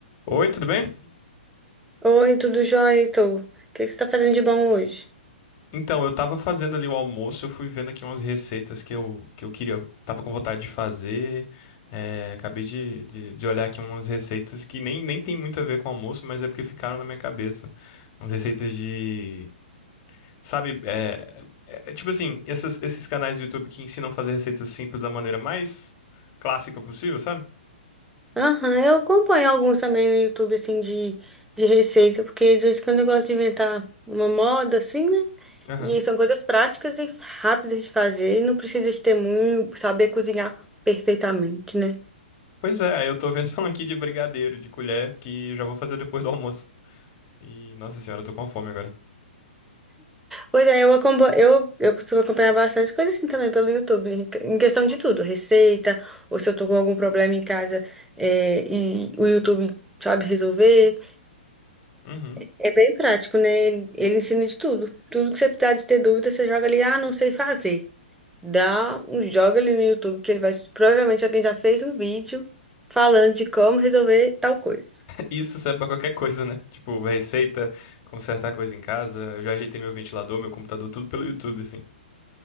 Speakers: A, on the left; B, in the centre.
A: Oi, tudo bem?
B: Oi, tudo jóia, Heitor? O que que você tá fazendo de bom hoje?
A: Então, eu tava fazendo ali o almoço, eu fui vendo aqui umas receitas que eu, que eu queria, eu tava com vontade de fazer. é, acabei de, de, de olhar aqui umas receitas que nem, nem tem muito a ver com almoço, mas é porque ficaram na minha cabeça. Umas receitas de. Sabe, é, é- é tipo assim, essas- esses canais do YouTube que ensinam a fazer receitas simples da maneira mais clássica possível, sabe?
B: Aham, eu acompanho alguns também no YouTube, assim, de, de receita, porque de vez em quando eu gosto de inventar uma moda, assim, né?
A: Aham.
B: E aí são coisas práticas e rápidas de fazer, e não precisa de ter muito, saber cozinhar perfeitamente, né?
A: Pois é, eu tô vendo <laughs> um aqui de brigadeiro, de colher, que eu já vou fazer depois do almoço. E, nossa senhora, eu tô com fome agora.
B: Pois é, eu, acompa- eu, eu costumo acompanhar bastante coisa assim também pelo YouTube, em em questão de tudo, receita, ou se eu tô com algum problema em casa, é, e o YouTube sabe resolver.
A: Uhum.
B: É bem prático, né? Ele, ele ensina de tudo. Tudo que você precisar de ter dúvida, você joga ali, ah, não sei fazer. Dá um joga ali no YouTube que ele vai. Provavelmente alguém já fez um vídeo falando de como resolver tal coisa.
A: Isso serve pra qualquer coisa, né? Tipo, receita, consertar coisa em casa. Eu já ajeitei meu ventilador, meu computador, tudo pelo YouTube, assim.